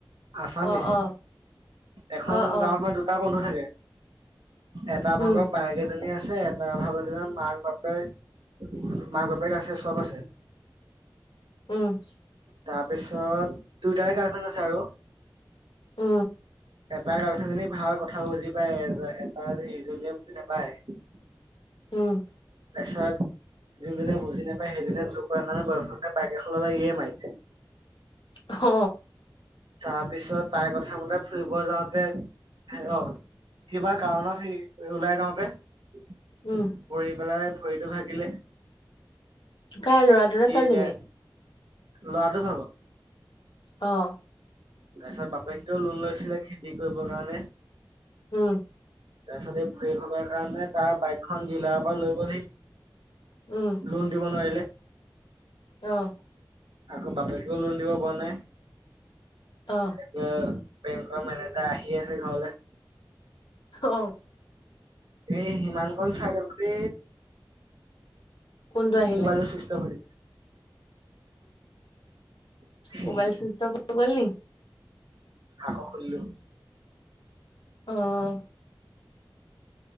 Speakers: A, on the right; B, on the left.
A: আছামিচ
B: অ অ
A: এখন
B: অ অ
A: গাঁৱত মানে দুটা বন্ধু হয়াকে এটা
B: উম
A: ভাগত এজনী আছে ত ভাবা যেনা মাক বাপেক মাক বাপেক আছে চব আছে
B: উম
A: তাৰপিছত দুয়টাৰে গাৰ্ডখন আছে আৰু
B: উ
A: এটা কাৰালহে যেী ভাল কথা বুজি পায় এটা ইজনীয়ে বাই
B: উম
A: পেছত যোনজনে বুজি নাপায় সেইজনীয়ে জোৰ কৰাৰ কাৰণে বয়স পাইক এখনলৈ ইয়ে মাৰিছে
B: অ
A: তাৰ পিছত তাই কথা মতে ফুৰিব যাওঁতে অ কিবা কাৰণত সেই ওলাই যাওঁতে <inaudible>
B: উম
A: প পেলাই ভৰিটো ভাগিলে
B: ক ল'ৰাটো ন
A: ই
B: চাল
A: এতিয়া
B: তেুমি
A: লৰাটো ভাব
B: অঁ
A: তাৰপিছত বাপে কিয় লোন লৈছিলে খেতি কৰিবৰ কাৰণে
B: উম
A: তাৰপিছত এই ভৰি ভগৰ কাৰণে তাৰ বাইকখন জিলাৰ পৰা লৈ গ'হি
B: উম
A: লোন দিব নোৱাৰিলে
B: অহ।
A: আকৌ বাপেকেও লোন দিব পৰা নাই।
B: অ
A: অহ। বেংকৰ মেনেজাৰ আহি আছে ঘৰলে।
B: অ
A: এই হিমান কন চাই থাকোতে
B: কোনটো আহিলে
A: মবাইলৰ চিষ্টম। <unintelligible> থাকিল
B: মোবাইল চুস্থ অফ হৈ গ'ল নি?
A: আকৌ খুলিলো
B: অহ।